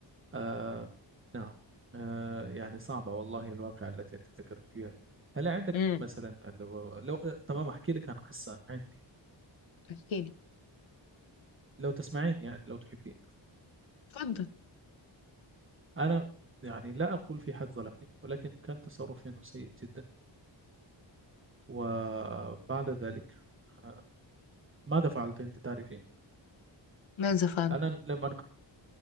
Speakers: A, on the right; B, on the left.
A: آه نعم آه يعني صعبة والله الواقعة التي أنت ذكرت فيها هل عندك
B: امم
A: مثلا لو, لو تمام أحكي لك عن قصة عندي
B: احكي لي
A: لو تسمعين يعني لو تحبين
B: اتفضل
A: أنا يعني لا أقول في حد ظلمني ولكن كان تصرفي إنه سيء جدا وبعد ذلك آه، ماذا فعلت أنت تعرفين
B: ماذا فعل
A: أنا لم أنقطع